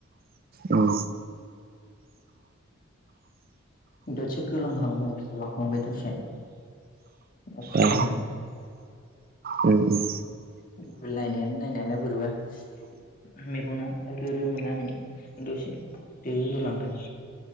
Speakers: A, on the right; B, on the left.
A: उम
B: दसे गोलांहांबाय आं उनदुलांखांबाय दसे अखा
A: ए
B: हादोंमोन
A: उम उम
B: मबाइल नायनायानो नायनायानो बोरैबा मेगनाव रो रो मोननानै दसे दो होलांदों